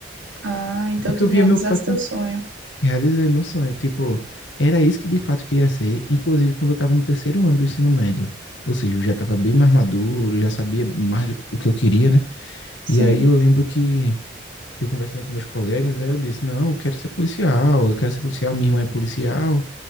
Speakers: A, on the right; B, on the left.
A: Ah, então
B: Porque
A: tu
B: eu
A: realizaste
B: via meu pai com...
A: teu sonho.
B: realizei meu sonho. Tipo, era isso que de fato queria ser. Inclusive, quando eu estava no terceiro ano do ensino médio. Ou seja, eu já estava bem mais maduro, já sabia mais do- o que eu queria, né?
A: Sim,
B: E aí eu lembro que eu conversando com meus colegas, aí eu disse, não, eu quero ser policial, eu quero ser policial, minha irmã é policial